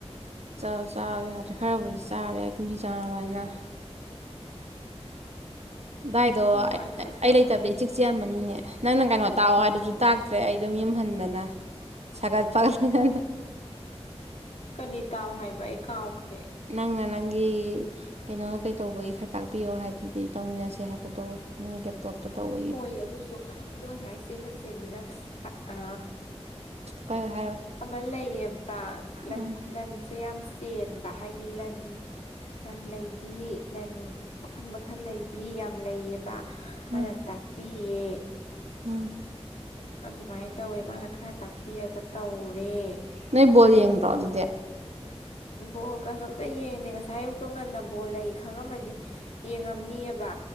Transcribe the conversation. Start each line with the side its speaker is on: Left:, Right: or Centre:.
Right: ꯆ ꯌꯥꯗ꯭ꯔꯦ ꯈꯔꯕꯨꯗꯤ ꯆꯥꯔꯦ ꯒꯨꯂꯤ ꯆꯥꯅꯕ ꯍꯥꯏꯅ ꯗꯥꯏꯗꯣ
Left: ꯏꯁꯥ ꯅꯨꯡꯉꯥꯏꯇꯕꯁꯦ
Right: ꯑꯩ ꯑꯩ
Left: ꯌꯥꯝ
Right: ꯂꯩꯇꯕꯗꯤ
Left: ꯅꯨꯡꯉꯥꯏꯇꯦ
Right: ꯆꯦꯃꯅꯤꯅꯦ ꯅꯪꯅ ꯀꯩꯅꯣ ꯇꯥꯛꯑꯣ ꯍꯥꯏꯗꯨꯁꯨ ꯇꯥꯛꯇ꯭ꯔꯦ ꯑꯩ ꯑꯗꯨꯝ ꯌꯨꯝꯍꯟꯗꯅ ꯁꯒꯜ ꯄꯒꯂꯒꯥꯟ
Left: ꯀꯔꯤ ꯇꯥꯎ ꯍꯥꯏꯕ ꯑꯩ ꯀꯥꯎꯈ꯭ꯔꯦ
Right: ꯅꯪꯅ ꯅꯪꯒꯤ ꯀꯩꯅꯣ ꯀꯩ ꯇꯧꯕꯒꯤ ꯈꯔ ꯇꯥꯛꯄꯤꯌꯣ ꯍꯥꯏꯗꯨꯗꯤ ꯇꯧꯃꯤꯟꯅꯁꯦ ꯍꯥꯏꯕꯗꯣ ꯅꯪꯒꯤ ꯂꯦꯞ ꯇꯣꯞꯇ ꯇꯧꯕ
Left: ꯍꯣꯏ ꯑꯗꯨꯁꯨ ꯑꯗꯣ ꯉꯁꯥꯏ ꯆꯦ ꯂꯟꯆꯦꯟꯕꯤꯅ ꯍꯥꯏ ꯑ
Right: ꯍꯣꯏ ꯍꯥꯏꯔꯛꯑꯣ
Left: ꯑꯃ ꯂꯩꯌꯦꯕꯟ ꯂꯟ
Right: ꯎꯝ
Left: ꯂꯟꯁꯦ ꯌꯥꯝ ꯆꯦꯟꯕ ꯍꯥꯏꯗꯤ ꯂꯟ ꯌꯥꯝ ꯂꯩꯕꯤ ꯂꯟ ꯃꯈꯟ ꯃꯈꯜ ꯂꯩꯕꯤ ꯌꯥꯝ ꯂꯩꯌꯦꯕ ꯃꯥꯅ
Right: ꯎꯝ
Left: ꯇꯥꯛꯄꯤꯌꯦ
Right: ꯎꯝ
Left: ꯑꯗꯨꯃꯥꯏꯟ ꯇꯧꯋꯦ ꯃꯥꯅ ꯈꯔ ꯇꯥꯛꯄꯤꯔꯒ ꯇꯧꯔꯦ
Right: ꯅꯣꯏ ꯕꯣꯜ ꯌꯦꯡꯗ꯭ꯔꯣ ꯑꯗꯨꯗꯤ
Left: ꯕꯣꯜꯒꯁꯨ ꯑꯝꯇ ꯌꯦꯡꯗꯦ ꯉꯁꯥꯏ ꯑꯌꯨꯛꯇꯣ ꯉꯟꯅ ꯕꯣꯜ ꯂꯩ ꯈꯪꯉꯝꯃꯗꯤ ꯌꯦꯡꯉꯝꯅꯤꯌꯦꯕ